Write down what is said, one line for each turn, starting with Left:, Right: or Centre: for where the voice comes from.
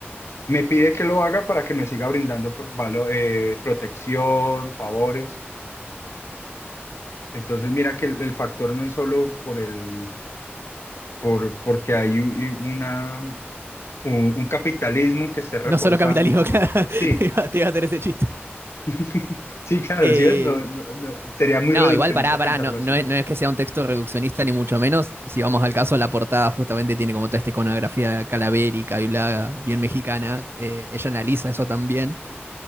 Left: me pide que lo haga para que me siga brindando pro- valo- eh, protección, favores. Entonces, mira que el, el factor no es solo por el, por, porque hay u- y una, un, un capitalismo que esté reforzando.
Right: No solo capitalismo, <laughs> claro.
Left: Sí,
Right: Te iba, te iba a hacer ese chiste.
Left: <laughs> sí, claro,
Right: Eh,
Left: sí es, no, no, no, sería muy
Right: no,
Left: reduccionista
Right: igual pará, pará.
Left: pensarlo
Right: No,
Left: así.
Right: no es, no es que sea un texto reduccionista, ni mucho menos. Si vamos al caso, la portada justamente tiene como toda esta iconografía calavérica y bla, bien mexicana. Eh, ella analiza eso también.